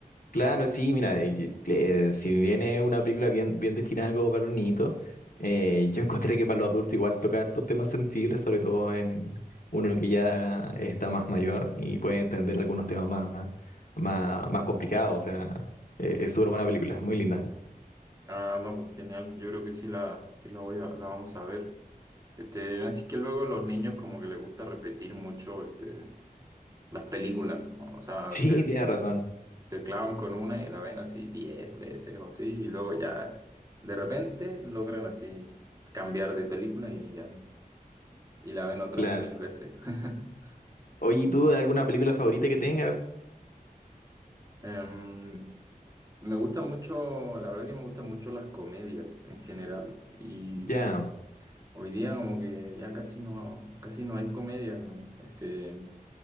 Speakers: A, on the left; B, on the right.
A: Claro, sí, mira, y- eh, si viene una película bien, bien destinada como para los niñitos, eh, yo <laughs> encontré que para los adultos igual toca hartos temas sensibles, sobre todo en uno que ya está más mayor y puede entender algunos temas más, más, más complicados, o sea, eh, es súper buena película, es muy linda. <laughs>
B: Ah, no, pues genial. Yo creo que sí la, sí la voy a, la vamos a ver. Este, así que luego los niños como que les gusta repetir mucho este, las películas, ¿no? O sea,
A: Sí,
B: se,
A: tienes razón,
B: se clavan con una y la ven así 10 veces o así, y luego ya de repente logran así cambiar de película y ya, y la ven otras
A: claro.
B: mil veces. <laughs>
A: Oye, ¿y tú alguna película favorita que tengas?
B: Em, me gusta mucho, la verdad que me gustan mucho las comedias en general. y
A: Ya.
B: Hoy día como que ya casi no, casi no hay comedia. weón. Este,